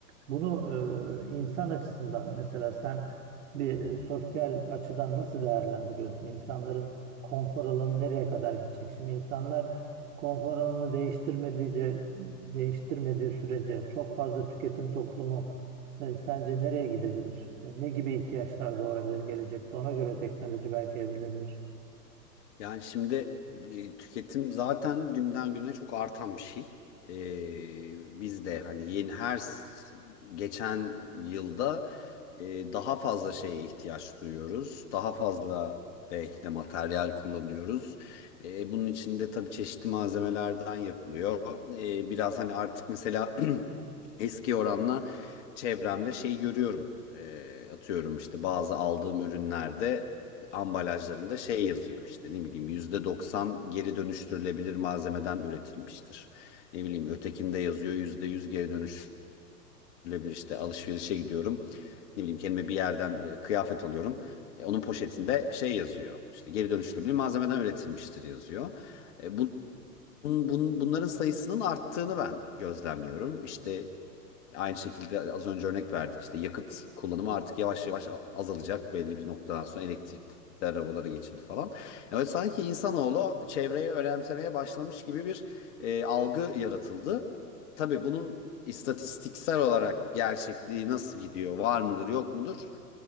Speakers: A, on the right; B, on the left.
A: bunu e, insan açısından mesela sen bir sosyal açıdan nasıl değerlendiriyorsun? İnsanların konfor alanı nereye kadar gidecek? Şimdi insanlar konfor alanını değiştirmediğince, değiştirmediği sürece çok fazla tüketim toplumu e, sence nereye gidebilir? E, ne gibi ihtiyaçlar doğurabilir gelecekte? Ona göre teknoloji belki evrilebilir.
B: Yani şimdi e, tüketim zaten günden güne çok artan bir şey. Ee, biz de hani yeni her s- geçen yılda e, daha fazla şeye ihtiyaç duyuyoruz. Daha fazla belki de materyal kullanıyoruz. E, bunun içinde tabii çeşitli malzemelerden yapılıyor. E, biraz hani artık mesela <clears throat> eski oranla çevremde şey görüyorum. Ee, atıyorum işte bazı aldığım ürünlerde ambalajlarında şey yazıyor işte ne bileyim %90 geri dönüştürülebilir malzemeden üretilmiştir. Ne bileyim ötekinde yazıyor %100 geri dönüştürülebilir işte alışverişe gidiyorum. Ne bileyim kendime bir yerden e, kıyafet alıyorum. E, onun poşetinde şey yazıyor işte geri dönüştürülebilir malzemeden üretilmiştir yazıyor. E, Bun- bun- Bunların sayısının arttığını ben gözlemliyorum. İşte aynı şekilde az önce örnek verdik. İşte yakıt kullanımı artık yavaş yavaş azalacak. Belli bir noktadan sonra elektrikli arabalara geçildi falan. Yani sanki insanoğlu çevreyi önemsemeye başlamış gibi bir e, algı yaratıldı. Tabii bunun istatistiksel olarak gerçekliği nasıl gidiyor, var mıdır, yok mudur?